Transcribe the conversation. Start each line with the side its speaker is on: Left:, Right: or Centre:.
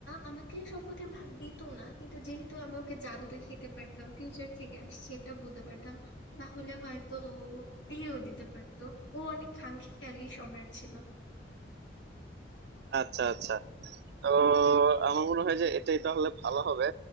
Left: আমাকে সম্পত্তির ভাগ দিত না কিন্তু যেহেতু আমি ওকে জাদু দেখাইতে পারতাম ফিউচার থেকে আসছে এটা বলতে পারতাম তাহলে হয়তো ও দিয়েও দিতে পারতো ও অনেক খামখেয়ালি সম্রাট ছিল
Right: আচ্ছা আচ্ছা তো আমার মনে হয় যে এটাই তাহলে ভালো হবে